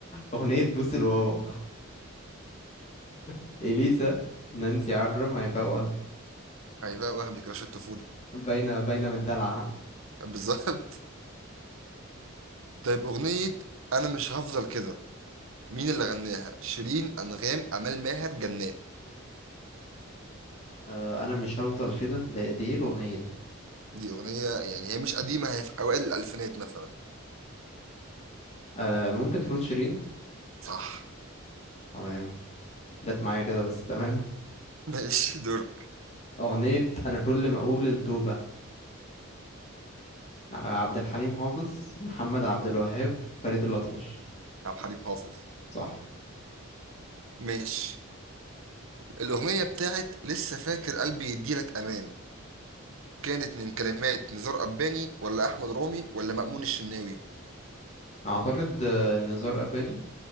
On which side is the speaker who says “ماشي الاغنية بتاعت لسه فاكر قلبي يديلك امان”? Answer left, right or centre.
Right